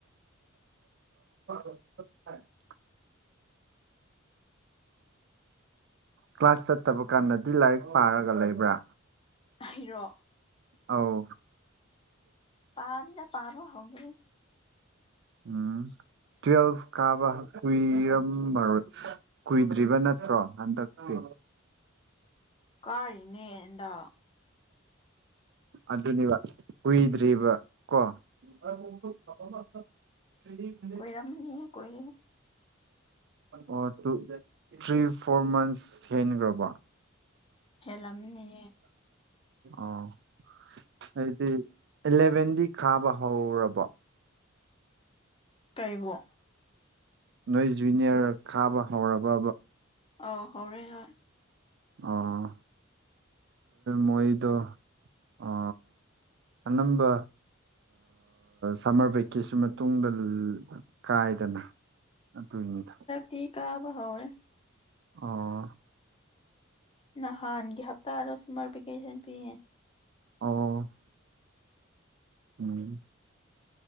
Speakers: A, on the right; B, on the left.
A: <unintelligible> ꯀ꯭ꯂꯥꯁ ꯆꯠꯇꯕ ꯀꯥꯟꯗꯗꯤ ꯂꯥꯏꯔꯤꯛ ꯄꯥꯔꯒ ꯂꯩꯕ꯭ꯔꯥ
B: ꯑꯩꯔꯣ
A: ꯑꯥꯎ
B: ꯄꯥꯗ ꯄꯥꯕ ꯍꯧꯗꯔꯤ <inaudible>
A: ꯎꯝ ꯇꯨꯋꯦꯜꯐ ꯀꯥꯕ ꯀꯨꯏꯔꯝꯃꯔꯣꯏ ꯀꯨꯏꯗ꯭ꯔꯤꯕ ꯅꯠꯇ꯭ꯔꯣ ꯍꯟꯗꯛꯇꯤ
B: ꯀꯥꯔꯤꯅꯦꯟ ꯍꯟꯗꯛ
A: ꯑꯗꯨꯅꯦꯕ ꯀꯨꯏꯗ꯭ꯔꯤꯕ ꯀꯣ <unintelligible>
B: ꯀꯣꯏꯔꯝꯅꯤ ꯀꯣꯏ
A: ꯑꯣ ꯊ꯭ꯔꯤ ꯐꯣꯔ ꯃꯟꯁ ꯍꯦꯟꯈ꯭ꯔꯕ
B: ꯍꯂꯝꯅꯤ
A: ꯑꯣ ꯍꯥꯏꯗꯤ ꯑꯦꯂꯚꯦꯟꯗꯤ ꯈꯥꯕ ꯍꯧꯔꯕꯣ
B: ꯀꯩꯕꯨ
A: ꯅꯣꯏ ꯖꯨꯅꯤꯌꯔ ꯈꯥꯕ ꯍꯧꯔꯕ
B: ꯑꯣ ꯍꯔꯦ ꯍꯣꯏ
A: ꯑ ꯃꯣꯏꯗꯣ ꯑ ꯑꯅꯝꯕ ꯁꯝꯃꯔ ꯚꯦꯀꯦꯁꯟ ꯃꯇꯨꯡꯗ ꯀꯥꯏꯗꯅ ꯑꯗꯨꯅꯤꯗ
B: ꯊꯤ ꯀꯥꯕ ꯍꯧꯔꯦ
A: ꯑꯣ
B: ꯅꯍꯥꯟꯒꯤ ꯍꯞꯇꯥꯗ ꯁꯨꯃꯔ ꯚꯦꯀꯦꯁꯟ ꯄꯤꯌꯦ
A: ꯑꯣ ꯎꯝ